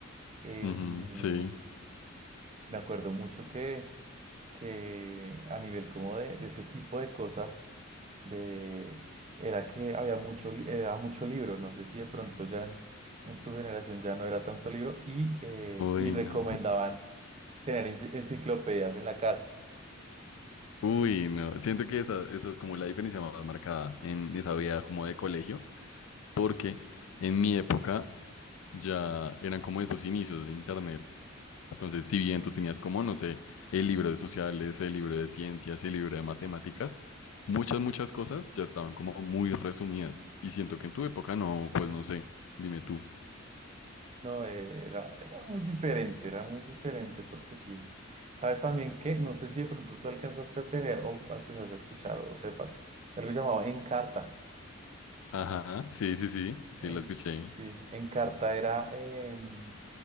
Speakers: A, on the right; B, on the left.
A: Em,
B: ujú, Sí.
A: me acuerdo mucho que, que a nivel como de, de ese tipo de cosas, de, era que había mucho, li- era mucho libro, no sé si de pronto ya en, en tu generación ya no era tanto libro y, eh,
B: Uy,
A: y recomendaban
B: no.
A: tener enci- enciclopedias en la casa.
B: Uy, no. Siento que esa, esa es como la diferencia más marcada en esa vida como de colegio, porque en mi época ya eran como esos inicios de internet. Entonces, si bien tú tenías como, no sé, el libro de sociales, el libro de ciencias, el libro de matemáticas, muchas, muchas cosas ya estaban como muy resumidas. Y siento que en tu época no, pues no sé, dime tú.
A: No, eh, era, era muy diferente, era muy diferente porque sí. Sabes también que, no sé si de pronto tú alcanzaste a tener o alcanzaste a escuchar o sepas, de algo llamado Encarta.
B: Ajá, sí, sí, sí, sí,
A: En,
B: la escuché.
A: sí, Encarta era em,